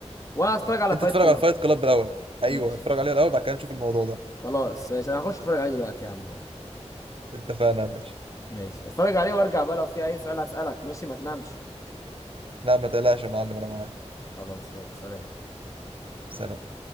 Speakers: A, on the left; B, on the right.
A: وانا هتفرج على
B: انت
A: فايت
B: اتفرج
A: كلاب
B: على فايت كلاب الاول ايوه
A: ماشي
B: اتفرج عليه الاول بعد كده نشوف الموضوع ده
A: خلاص ماشي انا هخش اتفرج عليه دلوقتي يا عم اهو
B: اتفقنا يا باشا
A: ماشي هتفرج عليه وارجع بقى لو في اي سؤال هسألك ماشي ما تنامش
B: لا ما تقلقش يا معلم انا معاك
A: خلاص يلا سلام
B: سلام